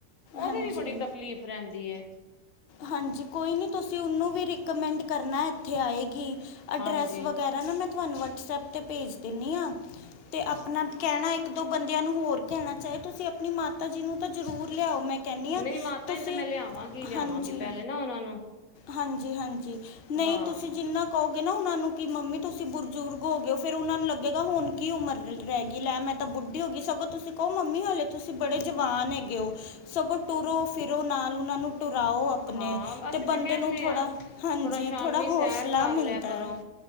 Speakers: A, on the left (about 80°); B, on the left (about 50°).
A: ਉਹਦੇ
B: ਹਾਂਜੀ
A: ਵੀ ਬੜੀ ਤਕਲੀਫ਼ ਰਹਿੰਦੀ ਹੈ।
B: ਹਾਂਜੀ ਕੋਈ ਨਹੀਂ ਤੁਸੀਂ ਉਹਨੂੰ ਵੀ ਰਿਕਮੈਂਡ ਕਰਨਾ ਇੱਥੇ ਆਏਗੀ। ਅਡਰੈੱਸ
A: ਹਾਂਜੀ
B: ਵਗੈਰਾ ਨਾ ਮੈਂ ਤੁਹਾਨੂੰ ਵਟਸਐਪ 'ਤੇ ਭੇਜ ਦਿੰਦੀ ਹਾਂ। ਤੇ ਆਪਣਾ ਕਹਿਣਾ ਇੱਕ ਦੋ ਬੰਦਿਆਂ ਨੂੰ ਹੋਰ ਕਹਿਣਾ ਚਾਹੇ ਤੁਸੀਂ ਆਪਣੀ ਮਾਤਾ ਜੀ ਨੂੰ ਤਾਂ ਜ਼ਰੂਰ ਲਿਆਓ ਮੈਂ। ਕਹਿੰਦੀ ਹਾਂ
A: ਨਹੀਂ ਮਾਤਾ
B: ਤੁਸੀਂ
A: ਜੀ ਤੇ ਮੈਂ ਲਿਆਵਾਂਗੀ ਲਿਆਵਾਂਗੀ
B: ਹਾਂਜੀ
A: ਪਹਿਲੇ ਨਾ ਉਹਨਾਂ ਨੂੰ।
B: ਹਾਂਜੀ ਹਾਂਜੀ ਨਹੀਂ
A: ਹਾਂ
B: ਤੁਸੀਂ ਜਿੰਨਾ। ਕਹੋਗੇ ਨਾ ਉਹਨਾਂ ਨੂੰ ਕਿ ਮੰਮੀ ਤੁਸੀਂ ਬਜ਼ੁਰਗ ਹੋ ਗਏ ਹੋ ਫੇਰ ਉਹਨਾਂ ਨੂੰ ਲੱਗੇਗਾ ਹੁਣ ਕੀ ਉਮਰ ਰਹਿ ਗਈ ਲੈ ਮੈਂ। ਤਾਂ ਬੁੱਢੀ ਹੋ ਗਈ ਸਗੋਂ ਤੁਸੀਂ ਕਹੋ ਮੰਮੀ ਹਾਲੇ ਤੁਸੀਂ ਬੜੇ ਜਵਾਨ ਹੈਗੇ ਹੋ। ਸਗੋਂ ਤੁਰੋ ਫਿਰੋ ਨਾਲ ਉਹਨਾਂ ਨੂੰ ਟਰਾਓ। ਆਪਣੇ
A: ਹਾਂ ਅਸੀਂ
B: ਤੇ ਬੰਦੇ
A: ਕਹਿੰਦੇ
B: ਨੂੰ ਥੋੜ੍ਹਾ
A: ਹਾਂ
B: ਹਾਂਜੀ
A: ਥੋੜਾ ਸ਼ਾਮੀ
B: ਥੋੜ੍ਹਾ ਹੌਸਲਾ
A: ਸੈਰ ਕਰ
B: ਮਿਲਦਾ
A: ਲਿਆ ਕਰੋ
B: ਹੈ।